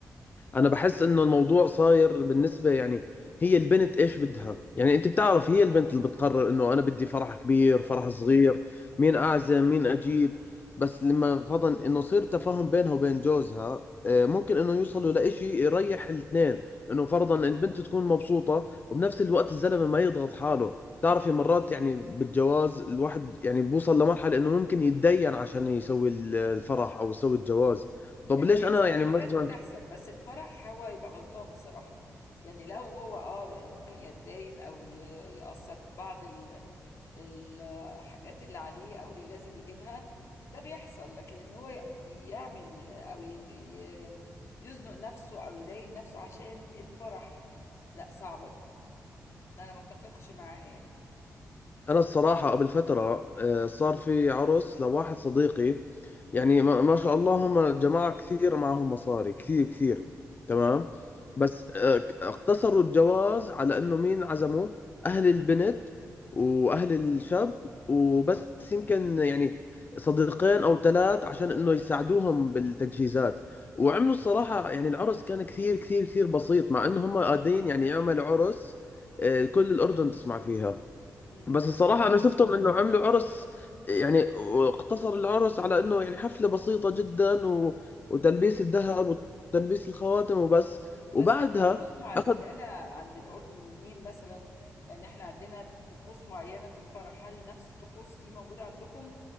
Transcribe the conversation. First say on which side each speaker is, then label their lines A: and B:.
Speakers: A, on the left (about 35°); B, on the left (about 55°).
A: انا بحس انه الموضوع صاير بالنسبه يعني هي البنت ايش بدها يعني انت بتعرف هي البنت اللي بتقرر انه انا بدي فرح كبير
B: بالظبط
A: فرح صغير مين اعزم مين اجيب بس لما فضل انه صير تفاهم بينها وبين جوزها آه، ممكن انه يوصلوا لإشي يريح الاثنين انه فرضا البنت تكون مبسوطة وبنفس الوقت الزلمة ما يضغط حاله بتعرفي مرات يعني بالجواز الواحد يعني بوصل لمرحلة انه ممكن يتدين عشان يسوي الفرح او يسوي الجواز طب
B: اللي
A: ليش انا
B: سبب
A: يعني
B: الجواز
A: مثلا
B: بتحصل بس الفرح هو يبقى غلطان بصراحة يعني لو هو اه ممكن يتداين او ي- يقسط بعض الحاجات اللي عليه او اللي لازم يجيبها ده بيحصل لكن ان هو ي- يعمل او يد- ي- يزنق نفسه او يداين نفسه عشان الفرح لا صعبة دي انا ما اتفقش معاها يعني
A: انا الصراحه قبل فتره آه، صار في عرس لواحد صديقي يعني ما ما شاء الله هم جماعه كثير معهم مصاري كثير كثير تمام
B: ان شاء الله
A: بس آه، اقتصروا الجواز على انه مين عزموا اهل البنت واهل الشاب وبس يمكن يعني صديقين او ثلاث عشان انه يساعدوهم بالتجهيزات وعملوا الصراحه يعني العرس كان كثير كثير كثير بسيط مع انه هم قادرين يعني يعملوا عرس آه، كل الاردن تسمع فيها
B: امم
A: بس
B: تمام
A: الصراحة أنا شفتهم إنه عملوا عرس يعني واقتصر العرس على إنه يعني حفلة بسيطة جدا و... وتلبيس الذهب وتلبيس الخواتم وبس
B: بس
A: وبعدها
B: هل في طقوس معينة
A: أخذ
B: يعني انا عند الاردنيين مثلا يعني احنا عندنا طقوس معينة في الفرح هل نفس الطقوس دي موجودة عندكم